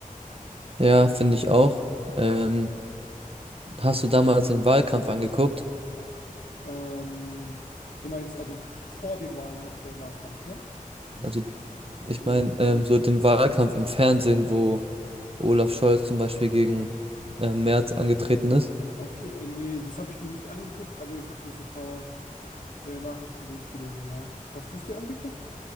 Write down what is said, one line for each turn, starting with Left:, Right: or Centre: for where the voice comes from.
Right: ja, finde ich auch. Ähm, Hast du damals den Wahlkampf angeguckt?
Left: Ähm, du meinst also vor den Wahlen noch der Wahlkampf, ne?
Right: Also,
Left: Also,
Right: ich meine, ähm, so den Wahlkampf im Fernsehen, wo Olaf Scholz zum Beispiel gegen äh, Merz angetreten ist.
Left: okay, äh, nee, das habe ich mir nicht angeguckt, aber ich habe mir so ein paar äh, Nachrichten durchgelesen, ja. Hast du es dir angeguckt?